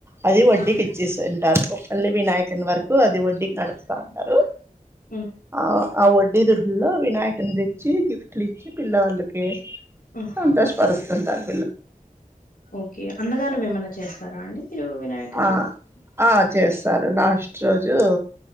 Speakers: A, on the right (about 15°); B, on the left (about 80°).
A: అది వడ్డీకి
B: హ్మ్.
A: ఇచ్చిస్తుంటారు మల్లి వినాయకన్ వరకు అది వడ్డీకి నడపు అంటారు
B: హ్మ్.
A: ఆ వడ్డి దుడ్డు లో వినాయకుని తెచ్చి గిఫ్ట్ అట్ల ఇచ్చి పిల్ల వాళ్ళకి
B: హ్మ్.
A: సంతోష పరుస్తుంటారు
B: ఓకే అన్నదానం ఏమన్నా చేస్తారా అండి మీరు వినాయక
A: ఆ
B: చవితికి?
A: ఆ చేస్తారు లాస్ట్ రోజు